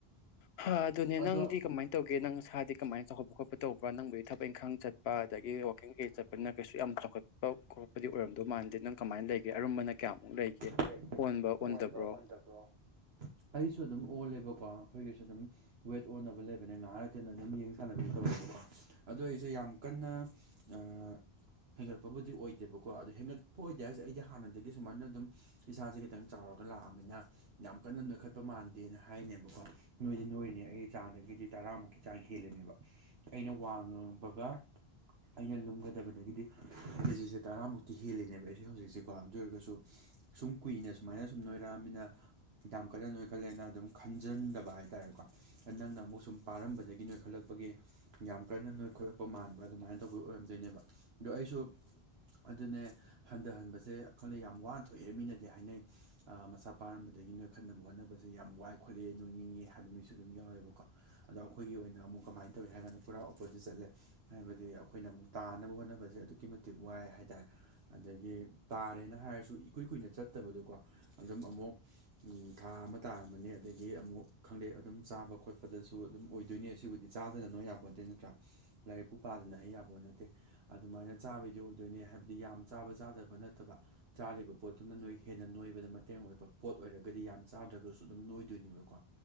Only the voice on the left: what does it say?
ꯍꯥ ꯑꯗꯨꯅꯦ
ꯅꯪꯗꯤ ꯀꯃꯥꯏꯅ ꯇꯧꯒꯦ ꯅꯪꯁꯥꯗꯤ ꯀꯃꯥꯏꯅ ꯆꯥꯎꯈꯠꯄ ꯈꯣꯠꯄ ꯇꯧꯕ꯭ꯔꯥ ꯅꯪꯕꯨꯒꯤ ꯊꯕꯛ ꯏꯪꯈꯥꯡ ꯆꯠꯄ ꯑꯗꯒꯤ ꯋꯥꯀꯤꯡ ꯀꯩ ꯆꯠꯄꯅ ꯀꯩꯁꯨ ꯌꯥꯝ ꯆꯥꯎꯈꯠ ꯄ ꯈꯣꯠꯄꯗꯤ ꯑꯣꯏꯔꯝꯗꯣꯏ ꯃꯥꯟꯗꯦ ꯅꯪ ꯀꯃꯥꯏꯅ ꯂꯩꯒꯦ ꯑꯔꯨꯝꯕꯅ ꯀꯌꯥꯃꯨꯛ ꯂꯩꯒꯦ
ꯑꯣꯟꯕ ꯑꯣꯟꯗꯕ꯭ꯔꯣ